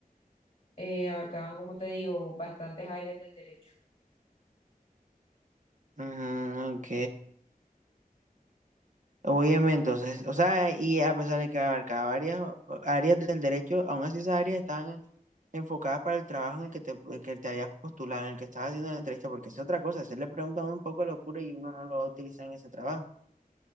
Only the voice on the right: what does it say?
ujú, ok. Óyeme, entonces, o sea, y a pesar de que abarcaba varias áreas del derecho, aún así esas áreas estaban enfocadas para el trabajo en el que te, el que te habías postulado, en el que estabas haciendo la entrevista, porque es otra cosa, se le pregunta a uno un poco de locura y uno no lo va a utilizar en ese trabajo.